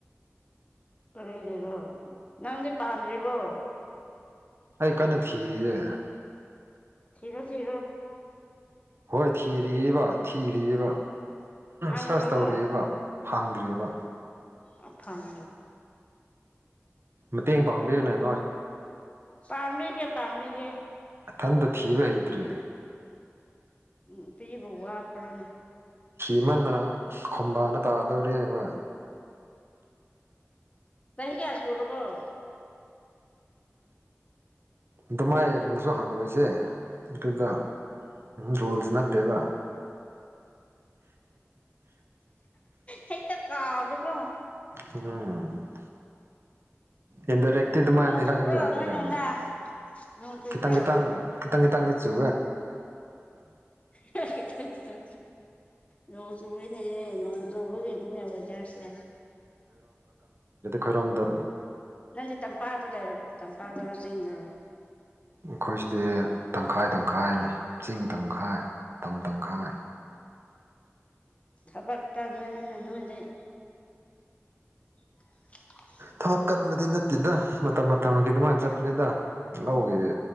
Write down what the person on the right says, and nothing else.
ꯑꯩ ꯀꯟꯅ ꯊꯤꯔꯤꯌꯦ
ꯍꯣꯏ ꯊꯤꯔꯤꯕꯔꯤꯕ ꯊꯤꯔꯤꯕꯔꯤꯕ
ꯁꯔꯁ ꯇꯧꯔꯤꯕꯕ ꯐꯥꯡꯗ꯭ꯔꯤꯕ
ꯃꯇꯦꯡ ꯄꯥꯡꯕꯤ ꯑꯣꯏꯅꯅꯦ
ꯏꯊꯟꯇ ꯊꯤꯕ ꯍꯩꯗ꯭ꯔꯦ
ꯏꯃꯟꯗꯅ ꯈꯝꯕꯥꯅ ꯇꯥꯗꯧꯔꯤ ꯑꯩꯈꯣꯏ
ꯑꯗꯨ ꯃꯥꯏꯅꯁꯨ ꯍꯪꯕꯣꯏꯁꯦ ꯑꯗꯨꯗ ꯔꯣꯜꯁ ꯅꯠꯇꯦꯕ
ꯑꯝ ꯏꯟꯗ ꯔꯦꯛꯇ ꯃꯥꯏ
ꯍꯥꯏꯕꯤꯗ
ꯀꯩꯅꯩꯅꯣ
ꯈꯤꯇꯪ ꯈꯤꯇꯥꯡ ꯈꯤꯇꯪ ꯈꯤꯇꯥꯡ ꯅꯤꯡꯆꯨ
ꯈꯔꯣꯝꯗ
ꯑꯩꯈꯣꯏꯁꯤꯗꯤ ꯇꯪꯈꯥꯏ ꯇꯪꯈꯥꯏ ꯇꯪꯈꯥꯏ ꯆꯤꯡ ꯇꯪꯈꯥꯏ ꯇꯝ ꯇꯪꯈꯥꯏ
ꯊꯕꯛ ꯀꯟꯕꯗꯤ ꯅꯠꯇꯦꯗ ꯃꯇꯝ ꯃꯇꯝꯒꯤ ꯑꯗꯨꯃꯥꯏꯅ ꯆꯠꯄꯅꯦꯗ ꯂꯧꯒꯦ